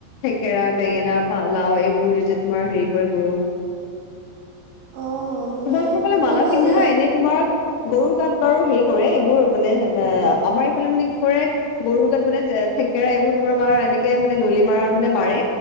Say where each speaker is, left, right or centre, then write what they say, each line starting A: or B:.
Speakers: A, on the left; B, on the right.
A: থেকেৰা বেঙেনা পা লাও এইবোৰ দি যে তোমাৰ হেৰি <unintelligible>
B: অঁ মানে
A: তোমালোকৰ ফালে মালা
B: বহুত ভাল
A: পিন্ধা
B: লাগে।
A: এনে তোমাক গৰু গাত বাৰু হেৰি কৰে এইবোৰ মানে আমাৰ এইফালে মানে কি কৰে। গৰু গাত মানে থেক থেকেৰা এইবোৰ তোমাৰ মাৰ এনেকে মানে দলি মৰা মানে মাৰে